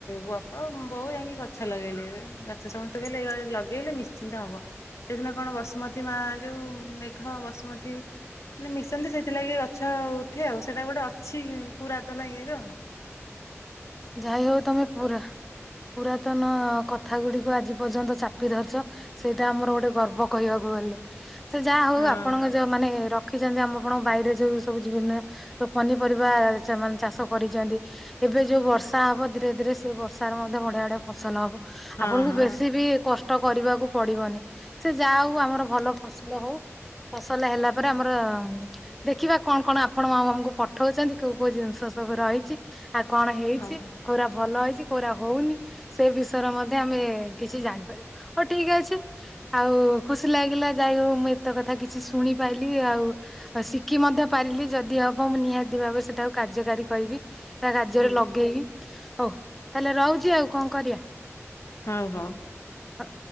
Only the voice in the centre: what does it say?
ଝାଇ ହଉ ତମେ ପୁର ପୁରାତନ ଅ କଥା ଗୁଡକୁ ଆଜି ପର୍ଯ୍ୟନ୍ତ ଚାପି ଧରିଚ, ସେଇଟା ଆମର ଗୋଟେ ଗର୍ବ କହିବାକୁ ଗଲେ। ସେ ଯାହା ହଉ
ଆପଣଙ୍କ ଯୋଉ ମାନେ ରଖିଛନ୍ତି ଆମ ପଣଙ୍ ବାଇରେ ଯୋଉ ସବୁ ଜିଭିନ୍ନ ଓ ପନିପରିବା ସେମାନେ ଚାଷ କରିଛନ୍ତି ଏବେ ଯୋଉ ବସ ସା ହବ ଧୀରେ ଧୀରେ ସେ ବର୍ଷାରେ ମଧ୍ୟ ବଢିଆ ବଡିଆ ଫସଲ ହବ
ଆପଣଙ୍କୁ
ବେଶୀ ବି କଷ୍ ଟ କରିବାକୁ ପଡିବନି ସେ ଯା ହଉ ଆମର ଭଲ ଫସଲ ହଉ। ଫସଲ ହେଲା ପରେ ଆମର ଉମ୍ ଦେଖିବା କଣ କଣ ଆପଣ ମାଉ ଆମକୁ ପଠଉଚନ୍ତି କୋଉ କୋଉ ଜିନିଷ ସବୁ ରହିଚି ଆଉ କଣ ହେଇଚି
କୋଉରା ଭଲ ହେଇଚି କୋଉରା ହଉନି ସେ ବିଷୟରେ ମଧ୍ୟ ଆମେ କିଛି ଜାଣିପାରି। ଓ ଟିଗ ଅଛି ଆଉ ଖୁସି ଲାଗିଲା ଯାଇ ହଉ ମୁଁ ଏତେ କଥା କିଛି ଶୁଣିପାଇଲିି ଆଉ ଓ ଶିଖି ମଧ୍ୟ ପାରିଲି ଯଦି ହବ ମୁଁ ନିହାତି ଭାବେ ସେଟାକୁ କାର୍ଯ୍ୟକାରୀ କରିବି। ତା କାର୍ଯ୍ୟରେ
ଲଗେଇବି ହଉ ତାହେଲେ ରହୁଚି ଆଉ କଁ କରିଆ।
ହ।